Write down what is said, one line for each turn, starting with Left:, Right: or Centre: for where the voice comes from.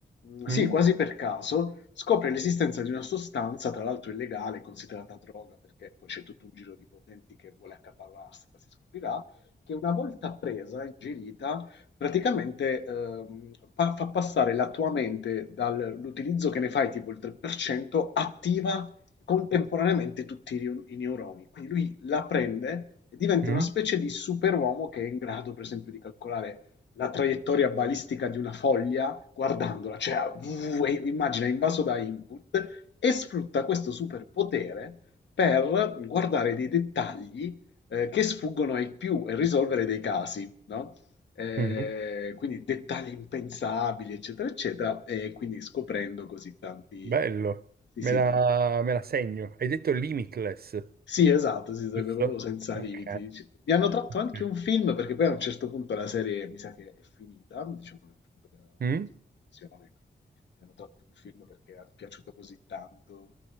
Left: mhmm, sì,
Right: Mm?
Left: quasi per caso, scopre l'esistenza di una sostanza, tra l'altro illegale, considerata droga, perché poi c'è tutto un giro di potenti che vuole accaparrarsela, si scoprirà, che una volta presa, ingerita, praticamente, ehm, pa fa passare la tua mente dall'utilizzo che ne fai tipo il 3%, attiva contemporaneamente tutti i rio- i neuroni. Quindi lui la prende e diventa
Right: Mm?
Left: una specie di superuomo che è in grado, per esempio, di calcolare la traiettoria balistica di una foglia guardandola, cioè uh, e immagina invaso da input e sfrutta questo superpotere per guardare dei dettagli eh, che sfuggono ai più e risolvere dei casi, no? Eh,
Right: Mhm.
Left: quindi dettagli impensabili, eccetera, eccetera, e quindi scoprendo così tanti,
Right: Bello,
Left: sì,
Right: me
Left: sì,
Right: la, me la segno. Hai detto limitless,
Left: sì, esatto, sì, sarebbe
Right: giusto?
Left: proprio senza
Right: Ok.
Left: limiti. C- Mi hanno tratto
Right: Ok.
Left: anche un film perché poi a un certo punto la serie mi sa che è finita, diciamo nel punto della conclusione,
Right: Mm?
Left: quindi mi hanno tratto un film perché è piaciuto così tanto